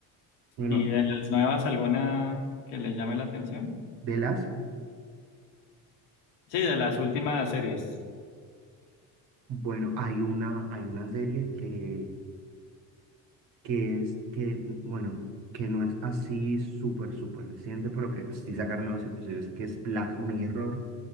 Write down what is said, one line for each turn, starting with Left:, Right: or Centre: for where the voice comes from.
Right: Bueno,
Left: ¿Y de las nuevas alguna que le llame la atención?
Right: de las,
Left: Sí, de las últimas series.
Right: bueno, hay una, hay una serie que que es que, bueno, que no es así súper, súper reciente, pero que sí sacaron nuevos episodios, que es Black Mirror,